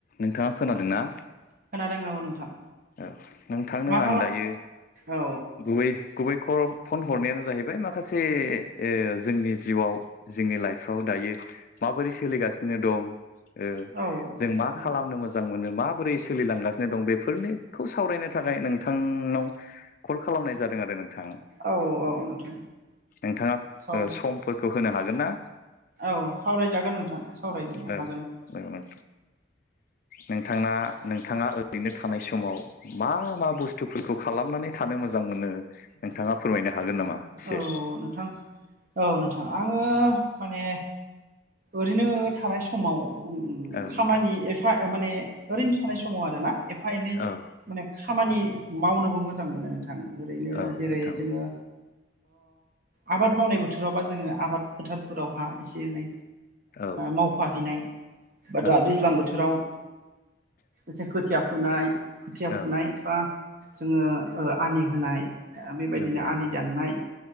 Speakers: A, on the left; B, on the right.
A: नोंथाङा खोनादोंना
B: खोनादोंङो औ नोंथां
A: औ नोंथांनो
B: मा
A: आं
B: खालाम
A: दायो
B: औ
A: गुबै गुबै फन हरनायानो जाहैबाय माखासे जोंनि जिउआव जोंनि लाइफआव दायो माबोरै सोलिगासिनो दं
B: औ
A: जों
B: नंगौ
A: मा खालामनो मोजां मोनो माबोरै सोलिलांगासिनो दं बेफोरनि खौ सावरायनो थाखाय नोंथांनाव कल खालामनाय जादों आरो नों थां
B: औ औ नोंथां
A: नोंथाङा
B: सावराय
A: समफोरखौ होनो हागोन ना?
B: औ सावरायजागोन नोंथां सावरायनो
A: औ
B: हागोन
A: नोंथां नोंथाङा नोंथाङा ओरैनो थानाय समाव मा मा बुस्थुफोरखौ खालामनानै थानो मोजां मोनो नोंथाङा फोरमायनो हागोन नामा एसे
B: औ नोंथां औ नोंथां आङो माने। ओरैनो थानाय समाव
A: औ
B: खामानि
A: नोंथां
B: एफा माने ओरैनो थानाय समाव आरोना एफा एनै
A: औ
B: माने खामानि मावनोबो मोजां मोनो नोंथां ओरैनो
A: औ
B: जेरै
A: नोंथां
B: जोङो। आबाद मावनाय बोथोरावबा जोङो आबाद फोथारफोरावहा एसे एनै
A: औ
B: मावफाहैनाय बा
A: औ
B: दा दैज्लां
A: नोंथां
B: बोथोराव एसे खोथिया फुनाय खोथिया
A: औ
B: फुनाय
A: औ
B: बा जोङो ओ आलि खोनाय। ओ बेबायदिनो
A: नंगौ
B: आलि
A: नंगौ
B: दाननाय